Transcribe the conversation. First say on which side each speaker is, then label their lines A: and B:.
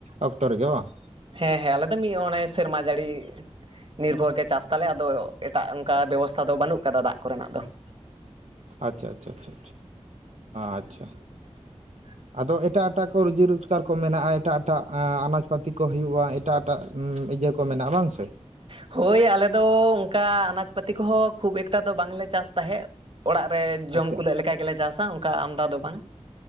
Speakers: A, on the right; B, on the right.
A: ᱚᱠᱛᱚ ᱨᱮᱜᱮ ᱵᱟᱝ?
B: ᱦᱮᱸ ᱦᱮᱸ ᱟᱞᱮ ᱫᱚ ᱢᱤᱫ ᱚᱱᱮ ᱥᱮᱨᱢᱟ ᱡᱟᱹᱲᱤ <inaudible> ᱱᱤᱨᱵᱷᱚᱨ ᱜᱮ ᱪᱟᱥ ᱛᱟᱞᱮ ᱟᱫᱚ ᱮᱴᱟᱜ ᱚᱱᱠᱟ ᱵᱮᱵᱚᱥᱛᱷᱟ ᱫᱚ ᱵᱟᱹᱱᱩᱜ ᱟᱠᱟᱫᱟ ᱫᱟᱜ ᱠᱚᱨᱮᱱᱟᱜ ᱫᱚ ᱾
A: ᱟᱪᱪᱷᱟ ᱟᱪᱪᱷᱟ ᱟᱪᱪᱷᱟ ᱟᱪᱷᱟ
B: <unintelligible>
A: ᱟᱫᱚ ᱮᱴᱟᱜ ᱮᱴᱟᱜ ᱠᱚ ᱨᱩᱡᱤ ᱨᱳᱡᱽᱜᱟᱨ ᱠᱚ ᱢᱮᱱᱟᱜ-ᱟ ᱮᱴᱟᱜ ᱮᱴᱟᱜ ᱟᱱᱟᱡᱽᱯᱟᱹᱛᱤ ᱠᱚ ᱦᱩᱭᱩᱜ-ᱟ ᱮᱴᱟᱜ ᱮᱴᱟᱜ ᱤᱭᱟᱹ ᱠᱚ ᱠᱚ ᱢᱮᱱᱟᱜᱼᱟ ᱵᱟᱝ ᱥᱮ ᱾
B: ᱦᱳᱭ ᱟᱞᱮ ᱫᱚ ᱚᱱᱠᱟ ᱟᱱᱟᱡᱽ ᱯᱟᱹᱛᱤ ᱠᱚᱦᱚᱸ ᱠᱷᱩᱵ ᱮᱠᱴᱟ ᱫᱚ ᱵᱟᱝᱞᱮ ᱪᱟᱥ ᱛᱟᱦᱮᱸᱫ ᱾ ᱚᱲᱟᱜ ᱨᱮ ᱡᱚᱢ
A: ᱟᱪᱪᱷᱟ
B: ᱠᱩᱞᱟᱹᱜ ᱞᱮᱠᱟ ᱜᱮᱞᱮ ᱪᱟᱥᱟ ᱚᱱᱠᱟ ᱟᱢᱫᱟ ᱫᱚ ᱵᱟᱝ